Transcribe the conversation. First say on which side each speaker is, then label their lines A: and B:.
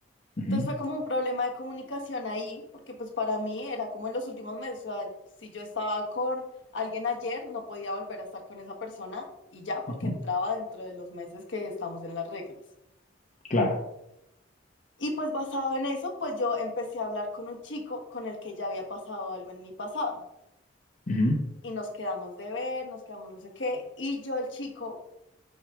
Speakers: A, on the left (about 40°); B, on the left (about 70°).
A: Ujú,
B: Entonces fue como un problema de comunicación ahí, porque pues para mí era como en los últimos meses, o sea, si yo estaba con alguien ayer, no podía volver a estar con esa persona y ya, porque
A: ujú.
B: entraba dentro de los meses que estamos en las reglas.
A: Claro.
B: Y pues basado en eso, pues yo empecé a hablar con un chico con el que ya había pasado algo en mi pasado.
A: Ujú.
B: Y nos quedamos de ver, nos quedamos no sé qué. Y yo, el chico,